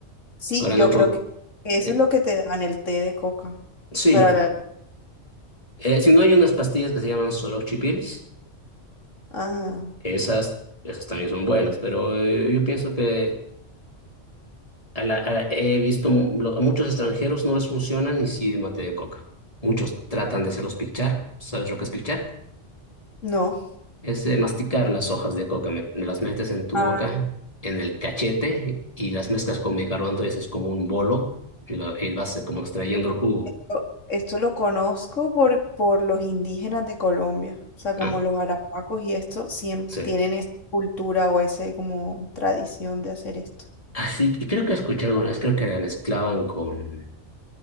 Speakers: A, on the left; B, on the left.
A: Sí,
B: Ahora
A: yo
B: en otro.
A: creo que eso
B: eh,
A: es lo que te dan el té de coca
B: sí,
A: para la...
B: eh, si no hay unas pastillas que se llaman Soroxi Pills,
A: Ah,
B: esas, esas también son buenas, pero eh, yo pienso que a la- a la- he visto lo- a muchos extranjeros no les funciona ni sí mate de coca. Muchos tratan de hacerlos pichar. ¿Sabes lo que es pichar?
A: no.
B: Es eh, masticar las hojas de coca. Me, me las metes en tu
A: Ah,
B: boca, en el cachete y las mezclas con bicarbonato y haces como un bolo y, lo, y vas eh, como extrayendo el jugo.
A: o- esto lo conozco por, por los indígenas de Colombia. O sea, como
B: Ah,
A: los arahuacos y esto, siempre
B: sí.
A: tienen esa cultura o ese como tradición de hacer esto.
B: Así y creo que escuché alguna vez, creo que la mezclaban con...